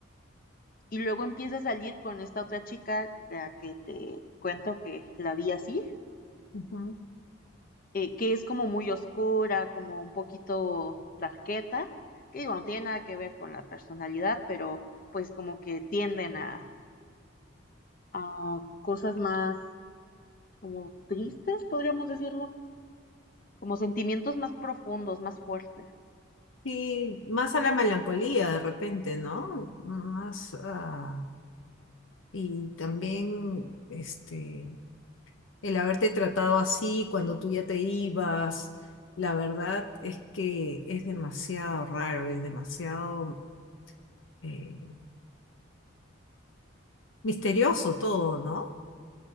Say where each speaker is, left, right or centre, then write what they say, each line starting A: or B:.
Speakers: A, on the left; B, on the left.
A: Y luego empieza a salir con esta otra chica, la que te cuento que la vi así,
B: Ujú.
A: eh, que es como muy oscura, como un poquito darqueta, que digo, no tiene nada que ver con la personalidad, pero pues como que tienden a, a cosas más como tristes, podríamos decirlo, como sentimientos más profundos, más fuertes.
B: Sí, más a la melancolía de repente, ¿no? Más a... Y también este, el haberte tratado así cuando tú ya te ibas, la verdad es que es demasiado raro, es demasiado eh, misterioso todo, ¿no?